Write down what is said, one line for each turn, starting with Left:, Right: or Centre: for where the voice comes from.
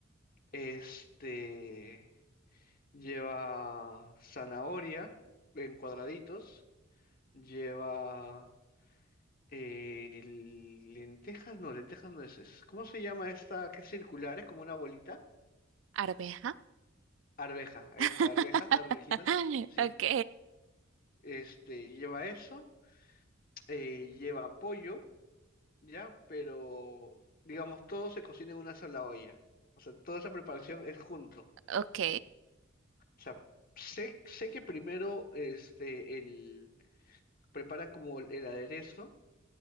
Left: Este, lleva zanahoria en cuadraditos Lleva eh, lentejas, no, lentejas no es, es- ¿Cómo se llama esta que es circular? Es como una bolita.
Right: ¿Arveja?
Left: Arveja, ahí
Right: <laughs>
Left: está, arvejas, arvejitas. Sí.
Right: Ok,
Left: Este, lleva eso, eh, lleva pollo, ¿ya? Pero, digamos, todo se cocina en una sola olla. O sea, toda esa preparación es junto.
Right: ok,
Left: O sea, sé, sé que primero, este, el, preparan como el aderezo